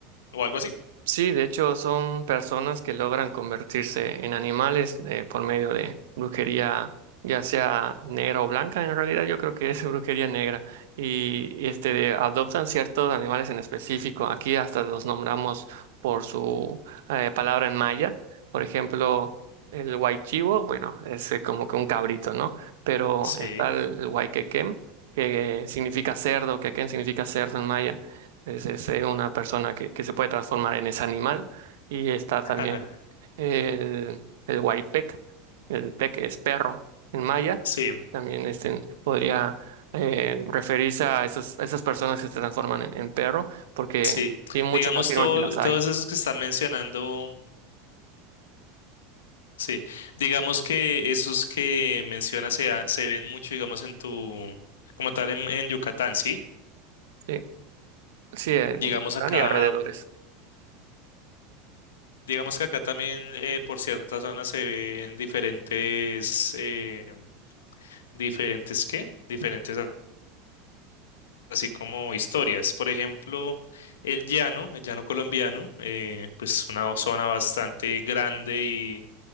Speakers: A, on the left; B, on the right.
A: O algo así.
B: Sí, de hecho son personas que logran convertirse en animales eh, por medio de brujería, ya sea negra o blanca. En realidad yo creo que es <laughs> brujería negra y, y, este de- adoptan ciertos animales en específico. Aquí hasta los nombramos por su eh, palabra en maya. Por ejemplo, el huaychivo, bueno, es eh, como que un cabrito, ¿no? Pero
A: Sí.
B: está el, el huayquequén, que significa cerdo, quequén significa cerdo en maya. Es, es, eh, una persona que, que se puede transformar en ese animal. Y está también
A: <laughs>
B: el, el huaypec. El pec es perro en maya.
A: Sí,
B: También este, podría eh, referirse a, esos, a esas personas que se transforman en, en perro, porque
A: sí.
B: sí, muchos
A: Digamos
B: afirman
A: todo,
B: que las hay.
A: todos esos que están mencionando, sí. Digamos que esos que mencionas se, ha- se ven mucho, digamos, en tu, como tal, en, en Yucatán, ¿sí?
B: Sí, sí, en
A: Llegamos
B: Yucatán
A: acá,
B: y alrededores.
A: digamos que acá también eh, por ciertas zonas se ven diferentes, eh, diferentes, ¿qué? Diferentes a- así como historias. Por ejemplo, el llano, el llano colombiano, eh, pues una zona bastante grande y,